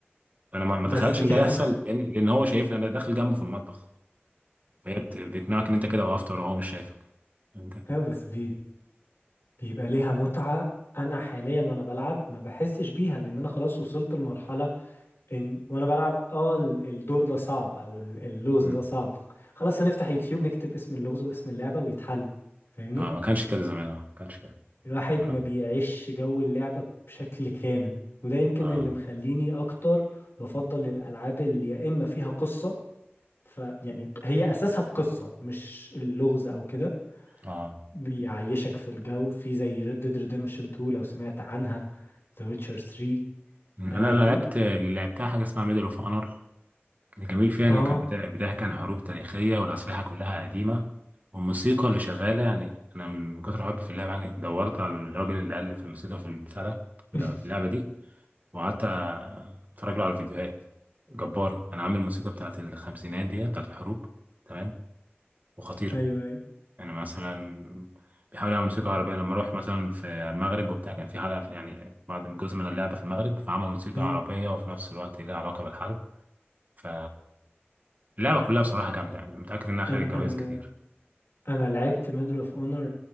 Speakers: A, on the right (about 40°); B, on the left (about 70°).
A: فانا ما ما اتخيلش
B: بس كده
A: ان ده يحصل لان لأن هو شايفني انا داخل جنبه في المطبخ فهي بت- بيقنعك ان انت كده وقفت وراه وهو مش شايفك انت
B: ايوه بس بي... بيبقى ليها متعة انا حاليا وانا بلعب ما بحسش بيها لان انا خلاص وصلت لمرحلة ان وانا بلعب اه ال- الدور ده صعب او ال- اللغز
A: امم
B: ده صعب خلاص نفتح يوتيوب نكتب اسم اللغز واسم اللعبة ويتحل فاهمني
A: اه ما كانش كده زمان اه ما كانش كده
B: الواحد
A: لا.
B: ما بيعيش جو اللعبة بشكل كامل وده يمكن
A: اه
B: اللي مخليني اكتر بفضل الالعاب اللي يا اما فيها قصة فيعني هي اساسها القصه مش اللغز او كده
A: اه
B: بيعيشك في الجو في زي Red Dead Redemption 2 لو سمعت عنها The Witcher 3
A: مم.
B: الالعاب
A: انا اللي لعبت
B: دي
A: اللي لعبتها حاجة اسمها ميدل اوف اونر الجميل فيها
B: اه
A: إن كان بتا- بتحكي عن حروب تاريخية والأسلحة كلها قديمة والموسيقى اللي شغالة يعني أنا من كتر حبي في اللعبة يعني دورت على الراجل اللي ألف الموسيقى في البتاع ده
B: <laughs>
A: في اللعبة دي وقعدت أتفرج له على الفيديوهات جبار أنا عامل الموسيقى بتاعت الخمسينات دي بتاعت الحروب تمام وخطيرة
B: ايوه ايوه
A: يعني مثلا بيحاول يعمل موسيقى عربية لما أروح مثلا في المغرب وبتاع كان في حلقة في يعني بعض جزء من اللعبة في المغرب فعمل موسيقى
B: مم.
A: عربية وفي نفس الوقت ليها علاقة بالحرب ف اللعبة كلها بصراحة جامدة يعني متأكد إنها خدت
B: انا
A: جوايز
B: انا
A: كتير
B: انا لعبت ميدل اوف اونر